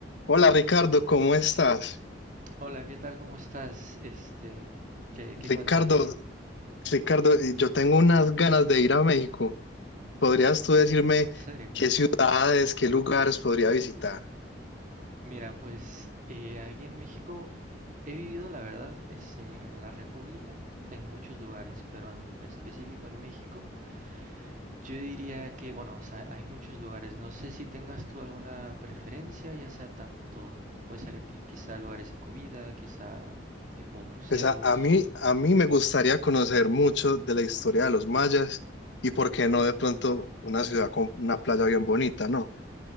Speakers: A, on the left (about 75°); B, on the right (about 45°).
A: Hola Ricardo, ¿cómo estás?
B: Hola, ¿qué tal? ¿Cómo estás? Este, ¿qué, qué
A: Ricardo,
B: cuentas? <laughs>
A: Ricardo, eh, yo tengo unas ganas de ir a México. ¿Podrías tú decirme
B: ¿En serio?
A: qué ciudades, qué lugares podría visitar?
B: Mira, pues eh, aquí en México he vivido, la verdad, este, en la República, en muchos lugares, pero en específico en México, yo diría que, bueno, o sea, hay muchos lugares. No sé si tengas tú alguna preferencia, ya sea tanto, puede ser qui- quizá lugares de comida, quizá tipo museos.
A: Pues a, a mí, a mí me gustaría conocer mucho de la historia de los mayas y por qué no de pronto una ciudad con una playa bien bonita, ¿no?